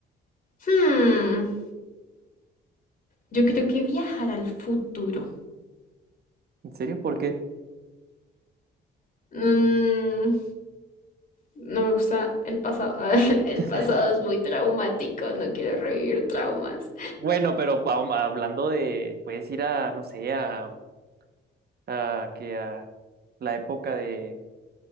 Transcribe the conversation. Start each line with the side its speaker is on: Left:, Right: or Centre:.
Left: Hmm. Yo creo que viajar al futuro.
Right: ¿En serio? ¿Por qué?
Left: Mm, no me gusta el pasado. <laughs> El
Right: <laughs>
Left: pasado es muy traumático. No quiero revivir traumas.
Right: Bueno, pero pa- um, hablando de, puedes ir a, no sé, a, a que a la época de,